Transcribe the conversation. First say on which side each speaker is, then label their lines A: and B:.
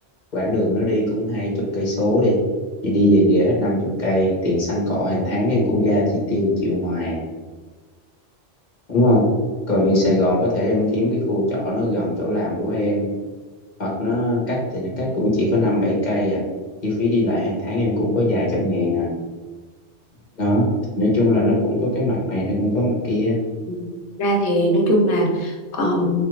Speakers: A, on the left; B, on the left.
A: quãng đường nó đi cũng hai chục cây số đi thì đi về về hết năm chục cây tiền xăng cọ hàng tháng em cũng ra chi tiêu một triệu ngoài đúng không còn như Sài Gòn có thể em kiếm cái khu trọ nó gần chỗ làm của em hoặc nó cách thì nó cách cũng chỉ có năm bảy cây à chi phí đi lại hàng tháng em cũng có vài trăm ngàn à đó thì nói chung là nó cũng có cái mặt này nó cũng có mặt kia
B: Ừ, Thực ra thì nói chung là ờ,